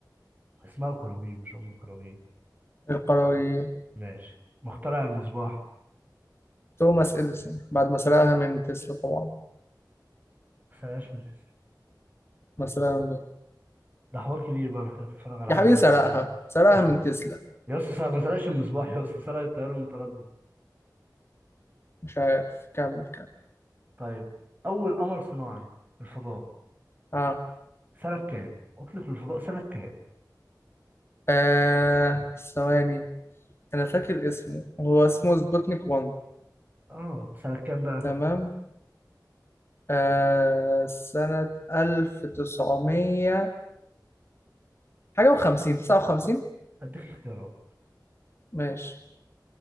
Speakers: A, on the right; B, on the left.
A: اسمها القرويين مش أم القرويين
B: القرويين
A: ماشي مخترع المصباح
B: توماس إديسون بعد ما سرقها من تسلا طبعا
A: ما سرقهاش من تسلا
B: مثلا
A: ده حوار كبير بقى محتاج تتفرج على
B: يا
A: حلقة
B: حبيبي
A: الضحية
B: سرقها سرقها
A: مس-
B: من تسلا
A: يا اسطى سرق- ما سرقش المصباح يا اسطى سرق التيار المتردد
B: مش عارف كمل كمل
A: طيب أول قمر صناعي في الفضاء
B: اه
A: سنة كام؟ أطلق للفضاء سنة كام؟
B: آه ثواني انا فاكر اسمه هو اسمه سبوتنيك 1
A: آه سنة كام بقى؟
B: تمام آه سنة 1900 حاجة وخمسين تسعة وخمسين
A: أديك اختيارات
B: ماشي